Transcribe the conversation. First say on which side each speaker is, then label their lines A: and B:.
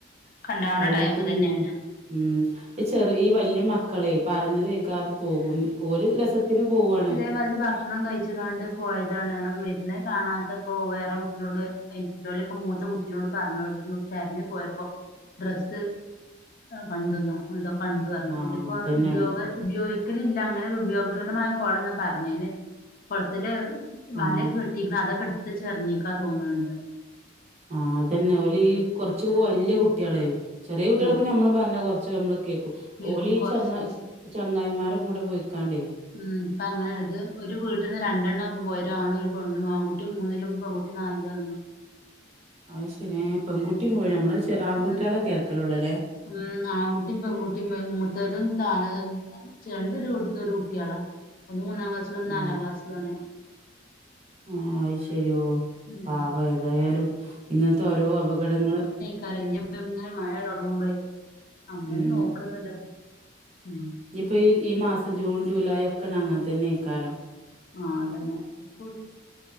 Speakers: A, on the left; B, on the right.
A: ക്കണ്ടാവണ
B: വെള്ളത്തി
A: ടൈമ്
B: മുങ്ങ്ണെ.
A: തന്നെയാണ്
B: ഉം ഈ ചെറിയ ഈ വലിയ മക്കളെ പറഞ്ഞത് കേൾ ക്കാതെ പോകും. ഓര് രസത്തിന് പോവുവാണ്
A: അതെ മാതിരി ഭക്ഷണം കഴിച്ചുക്കാണ്ട് പോയതാണ് അങ്ങനെ വരണേ കാണാത്തപ്പോ വേറെ കുട്ടിനോട് മറ്റോലൊക്കെ മൂത്ത കുട്ടിനോട് പറഞ്ഞുന്ന് തെരഞ്ഞു പോയപ്പോ ഡ്രസ്സ് കണ്ടന്നോ, എന്തോ കണ്ടു പറഞ്ഞു
B: ആഹ്
A: അതി ഇപ്പോ
B: അതന്നെയള്ള
A: ഉപ ഉപയോഗി ക്കലില്ല അങ്ങനെരു ഉപയോഗ ശൂന്യമായ കുളന്നാ പറഞ്ഞെ, കുളത്തില് വാല
B: ആഹ്
A: ഒക്കെ കെട്ടി കെട്ടികുനു. അതൊക്കെ എടുത്ത് വെച്ച് ഇറങ്ങിയൊക്കാ തോന്നുന്നുണ്ട്.
B: ആ അതന്നെ ഓൽ ഈ കുറച്ച വലിയ കുട്ടികളെ, ചെറിയ കുട്ടികള്
A: ആഹ്
B: പിന്നെ നമ്മള് പറഞ്ഞ കൊറച്ച് നമ്മള് കേ കും.
A: കേക്കും
B: ഓലി
A: കൊറച്ച്
B: ചങ്ങ ചങ്ങായിമാരെ കൂടെ പോയിക്കാണ്ടെ
A: ഉം ഇപ്പ അങ്ങനെള്ളത്. ഇത് ഒരു വീ വീട്ടീന്ന് രണ്ടെണ്ണാ ഇപ്പൊ പോയത്. ഒരു ആണും, ഒരു പെണ്ണും. ആൺകുട്ടി മൂന്നിലും പെൺകുട്ടി നാലിലും ആണ് തോന്നുന്നു.
B: അത് ശരി. ഏ പെൺകുട്ടിയും പോയിണോ. നമ്മള് ആൺകുട്ടികളെ
A: ഉം
B: കേക്കലോള്ളല്ലേ
A: ഉം ആൺകുട്ടിയും പെൺകുട്ടിയുംപോയി. മൂത്തതും താന്നതും. രണ്ടും ഒരു വീട്ടിത്തെ കുട്ടിയള. ഒന്ന് മൂന്നാം ക്ലാസ്സിലും ഒന്ന്
B: ആ
A: നാലാം ക്ലാസ്സില ആണ്.
B: ആഹ് അത് ശരിയോ.
A: ഉം
B: പാവം ഏതായാലും ഇന്നത്തെ ഓരോ അപകടങ്ങള്
A: ക്കാരപ്പോ. ഇങ്ങനെ മഴ തുടങ്ങുമ്പയെ. നമ്മള്
B: ഉം
A: നോക്കഎന്നല്ലാതെ. ഉം
B: ഇനിയിപ്പൊ ഈ മാസം ജൂൺ, ജൂലൈ ഒക്കെയണ്. അങ്ങനെ തന്നെ ഏക്കാരം.
A: ആഹ് അതന്നെ കു